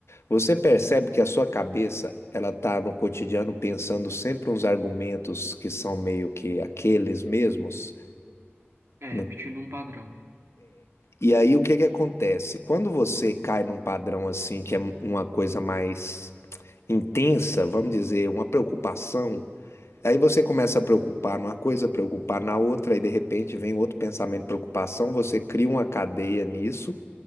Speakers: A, on the left (about 80°); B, on the right (about 65°).
A: Você percebe que a sua cabeça, ela tá no cotidiano pensando sempre uns argumentos que são meio que aqueles mesmos?
B: É, repetindo
A: No-
B: um padrão.
A: E aí o que que acontece? Quando você cai num padrão assim, que é uma coisa mais intensa, vamos dizer, uma preocupação Aí você começa a preocupar numa coisa, preocupar na outra, e de repente vem outro pensamento de preocupação, você cria uma cadeia nisso,